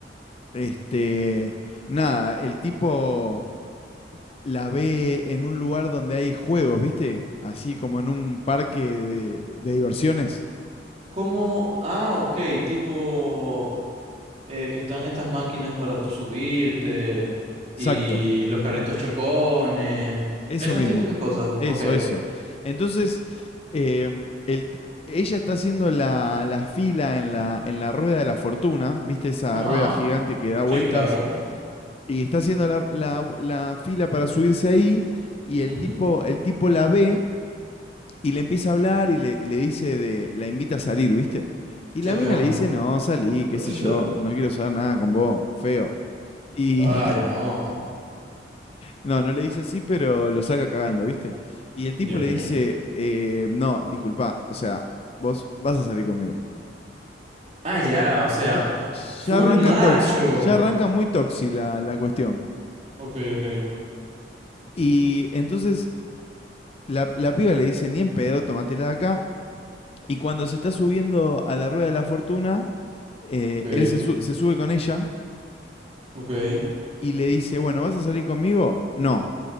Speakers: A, on the left; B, on the right.
A: este, nada, el tipo la ve en un lugar donde hay juegos, ¿viste? Así como en un parque de, de diversiones.
B: ¿Cómo? Ah, ok, tipo eh, que están estas máquinas para tú subirte y
A: Exacto.
B: los carritos chocones,
A: Eso
B: esas
A: mismo,
B: típicas cosas.
A: eso,
B: Ok,
A: eso.
B: ok.
A: Entonces, em, el t- ella está haciendo la, la fila en la, en la rueda de la fortuna, ¿viste esa
B: Ajá.
A: rueda gigante que da vueltas?
B: sí, claro.
A: Y está haciendo la, la- la fila para subirse ahí y el
B: mhm
A: tipo, el tipo la ve y le empieza a hablar y le, le dice de, la invita a salir, ¿viste? Y
B: Che,
A: la
B: te
A: mina
B: amo.
A: le dice, no, salí, qué
B: <laughs>
A: sé yo, no quiero saber nada con vos, feo. Y,
B: Ay, no.
A: No, no le dice así, pero lo saca cagando, ¿viste? Y el tipo
B: Dios
A: le
B: mío.
A: dice, eh, no, disculpa, o sea, vos vas a salir conmigo.
B: Ah, ya,
A: Ya,
B: o sea,
A: ya,
B: full
A: ya arranca
B: macho.
A: tox, ya arranca muy toxi la, la cuestión.
B: Ok, ok,
A: Y entonces la, la piba le dice, ni en pedo, tómatela de acá. Y cuando se está subiendo a la rueda de la fortuna, eh,
B: ok,
A: él se, su- se sube con ella
B: ok.
A: y le dice, bueno, ¿vas a salir conmigo? No.